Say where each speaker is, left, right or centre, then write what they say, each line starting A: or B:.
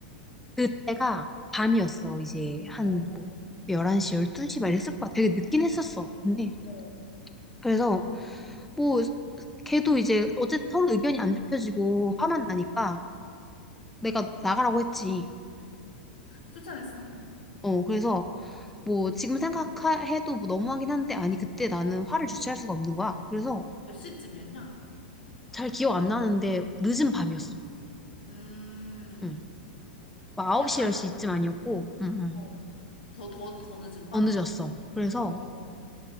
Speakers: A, in the centre; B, on the left.
A: 그때가 밤이었어. 이제 한,
B: 어,
A: 뭐, 11시, 12시 막 이랬을 거야. 되게 늦긴 했었어. 근데,
B: 어,
A: 그래서, 뭐, 걔도 이제 어쨌든 서로 의견이 안 좁혀지고 화만 나니까 내가 나가라고 했지.
B: 쫓아냈어.
A: 어, 그래서 뭐 지금 생각해도 뭐 너무하긴 한데 아니 그때 나는 화를 주체할 수가 없는 거야. 그래서
B: 몇 시쯤이었냐?
A: 잘 기억 안 나는데 늦은 밤이었어.
B: 음,
A: 응. 막 9시,
B: 약간,
A: 10시쯤 아니었고 응, 응.
B: 어, 더, 더, 더 늦은 밤?
A: 더 늦었어. 그래서
B: 어,